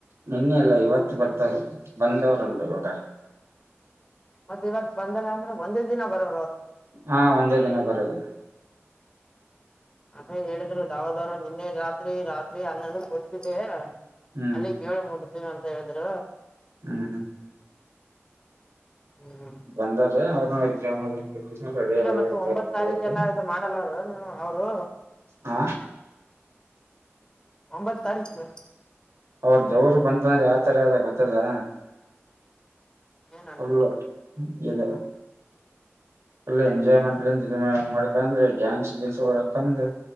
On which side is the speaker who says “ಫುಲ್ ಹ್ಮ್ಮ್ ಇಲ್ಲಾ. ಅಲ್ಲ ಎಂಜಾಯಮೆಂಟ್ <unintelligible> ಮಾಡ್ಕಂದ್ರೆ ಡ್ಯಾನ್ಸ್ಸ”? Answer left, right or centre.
Right